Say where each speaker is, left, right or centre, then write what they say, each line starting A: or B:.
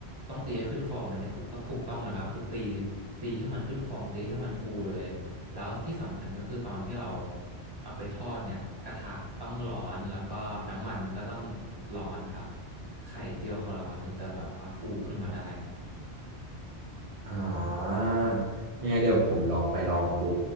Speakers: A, on the right; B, on the right.
A: ต้องตีให้ขึ้นฟองอันเนี้ยถูกต้องถูกต้องเลยครับคือตีตีให้มันขึ้นฟองตีให้มันฟูเลยแล้วที่สำคัญก็คือตอนที่เราเอาไปทอดเนี่ยกระทะต้องร้อนแล้วก็น้ำมันก็ต้องร้อนครับไข่เจียวของเราอะถึงจะแบบว่าฟูขึ้นมาได้
B: อ่ายังไงเดี๋ยวผมลองไปลองดู